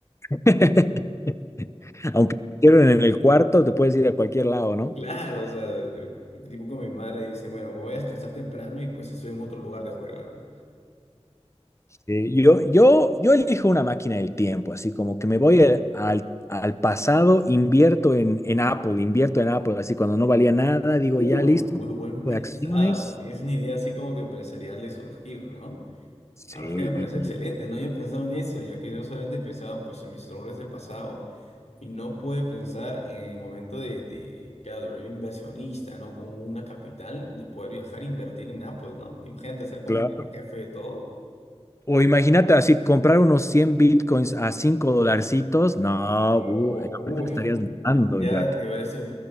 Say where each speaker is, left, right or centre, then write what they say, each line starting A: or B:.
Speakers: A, on the left; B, on the left.
A: <laughs> Aunque te hicieron en el cuarto, te puedes ir a cualquier lado, ¿no?
B: Claro, o sea, eh, eh, tipo con mi madre dice, bueno, me voy a descansar temprano y pues estoy en otro lugar de juerga, ¿no?
A: Eh, yo, yo, yo elijo una máquina del tiempo, así como que me voy al, al- al pasado, invierto en, en Apple, invierto en Apple, así cuando no valía nada, digo,
B: Uy,
A: ya listo,
B: muy buen pensado.
A: de acciones.
B: Tienes una idea así como que empresarial de surgir, ¿no?
A: Sí,
B: La verdad
A: y,
B: es que me parece excelente,
A: y
B: no había pensado en eso, ya que yo solamente pensaba pues en mis errores del pasado y no pude pensar en el momento de, de claro, de volverme inversionista, ¿no? Con una capital, de poder viajar e invertir en Apple, ¿no? Imagínate ser como
A: claro.
B: que jefe de todo.
A: O imagínate así, comprar unos 100 bitcoins a 5 dolarcitos, no,
B: No,
A: uh,
B: uff,
A: ahorita estarías ganando
B: ya
A: en plata.
B: te voy a ser